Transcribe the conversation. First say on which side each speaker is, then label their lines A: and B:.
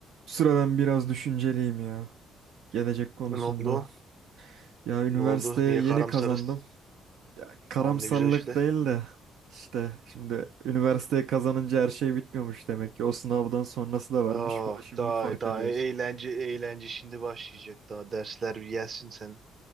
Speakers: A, on the right; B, on the right.
A: Sıra ben biraz düşünceliyim ya. Gelecek konusunda.
B: Ne oldu?
A: Ya üniversiteye
B: Ne oldu? Niye
A: yeni
B: karamsarız?
A: kazandım. Ya karamsarlık
B: Tamam ne güzel işte.
A: değil de işte şimdi
B: Hı,
A: üniversiteye kazanınca her şey bitmiyormuş demek
B: hı.
A: ki. O sınavdan sonrası da
B: Ah
A: varmış. Bunu şimdi
B: daha
A: fark
B: daha
A: ediyoruz.
B: e- eğlence eğlence şimdi başlayacak. Daha dersler bir gelsin sen.